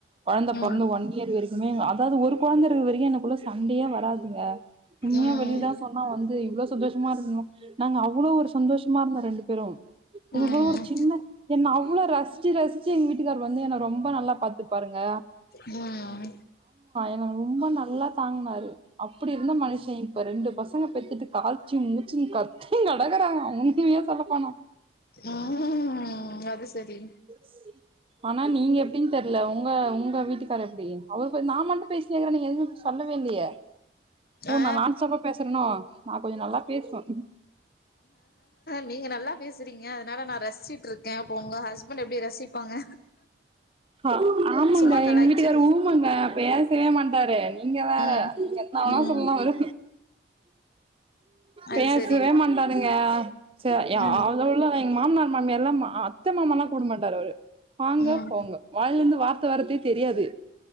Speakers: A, on the right; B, on the left.
A: கொழந்த
B: ம்
A: பொறந்து ஒன்னியர் வரைக்கிமே அதாவது ஒரு கொழந்த இருக்கற வரைக்கி எனக்குள்ள சண்டையே வராதுங்க உண்மையா
B: ம்
A: வெளிலா சொன்னா வந்து இவ்ளோ சந்தோஷமா இருந்தீங்ளா நாங்க அவ் ளோ ஒரு சந்தோஷமா இருந்தோ ரெண்டு பேரு எங்ளுக்குள்ள
B: ம்
A: ஒரு சின்ன என்ன அவ்ளா ரசி ச்சு ரசிச்சு எங்க வீட்டுக்கார் வந்து என ரொம்ப நல்லா பாத்துபாருங்க
B: ம்
A: என்ன ரொம்ப நல்லா தாங்னாரு அப்படி இருந்த மனுஷ இப்ப ரெண்டு பசங்க பெத்துட்டு கால்ச்சு மூச்சின் கத் தீன் கடக்கறங்க உண்மைய சொல்லப்போனா
B: ம் அது சரி
A: <inaudible> ஆனா நீங்க எப்டின் தெர்ல உங்க உங்க வீட்டுக்கார் எப்டி அவர் வந் நா மட்டு பேசினே இருக்கற நீ எதுவு சொல்ல வே இல்லியே ஓ
B: ஆ
A: நா நான் ஸ்டாப்பா பேசறனோ நா கொஞ்ச நல்லா பேசுவே
B: நீங்க நல்லா பேசறீங்க அதனால நா ரஸ்சிட்ருக்கே உங்க ஹஸ்பண்ட் எப்டி ரசிப்பாங்க
A: ஹ ஆமாங்க
B: சும்மா கலாய்ச்சே
A: எங்க வீட்டுக்கார் ஊமங்க பேசவே மாட்டாரு நீங்க வேற
B: ம்
A: ஆனா
B: ம்
A: சும்மா வரு
B: அது
A: பேசவே
B: சரி
A: மாட்டாருங்க ச ய
B: ம்
A: அதவிட எங்க மாமனார் மாமியார்ல்லா அத்த மாமான்ல்லா கூப்ட மாட்டாரு அவரு வாங்க
B: ம்
A: போங்க வாய்லருந்து வார்த்த வரத்தே தெரியாது